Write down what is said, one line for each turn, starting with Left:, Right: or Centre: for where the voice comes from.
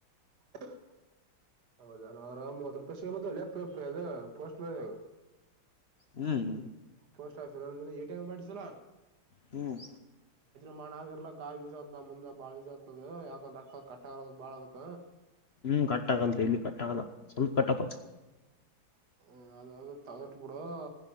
Right: ಹ ಹೌದಾರ ಮೂವತ್ ರೂಪಾಯಿ ಸಿಗಬಕಲ್ಲ ಪೋಸ್ಟ್ ಮನ್
Left: ಹ್ಮ್ ಹ್ಮ್
Right: ಪೋಸ್ಟ್ ಆಫೀಸ್ ಎಟಿಎಂ ಮಾಡಿಸಲಾ
Left: ಹ್ಮ್
Right: ಮ್ಮ ಆಗ ಇರ್ಲಕ್ಕ ಯೂಸ್ ಆತದ ಮುಂದೆ ಬಾಳ್ ಯೂಸ್ ಆತದ ಯಾಕಂದ ರಕ್ಕ ಕಟ್ಟ ಆರದಕ್ ಬಾಳ ಅದಕ್
Left: ಹ್ಮ್ ಕಟ್ಟಾಗಲ್ ಇಲ್ಲಿ ಕಟ್ಟಾಗಲ್ಲ ಸ್ವಲ್ಪ ಕಟ್ಟತ್ತ
Right: ಹ್ಮ ಅದ ಅದ ತಗಟ್ ಬಿಡು ಅ